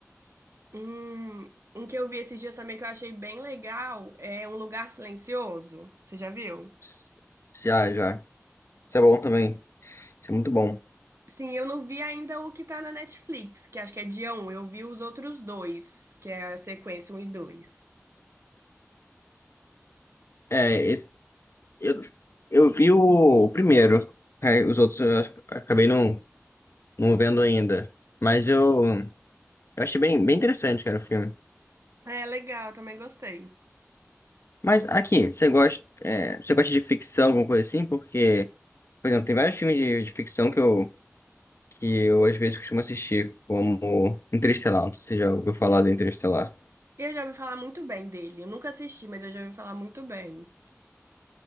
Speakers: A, on the right; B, on the left.
A: Um, um que eu vi esses dias também que eu achei bem legal é Um Lugar Silencioso. Você já viu?
B: S- Já, já. Isso é bom também. Isso é muito bom.
A: Sim, eu não vi ainda o que tá na Netflix, que acho que é dia um Eu vi os outros dois, que é a sequência um e dois
B: É, esse, eu, eu vi o, o primeiro. Aí os outros eu ac- acabei não, não vendo ainda. Mas eu, eu achei bem, bem interessante, cara, o filme.
A: É legal, também gostei.
B: Mas aqui, você gosta, é, você gosta de ficção, alguma coisa assim? Porque, por exemplo, tem vários filmes de, de ficção que eu, que eu às vezes costumo assistir, como Interestelar, não sei se você já ouviu falar de Interestelar.
A: E eu já ouvi falar muito bem dele. Eu nunca assisti, mas eu já ouvi falar muito bem.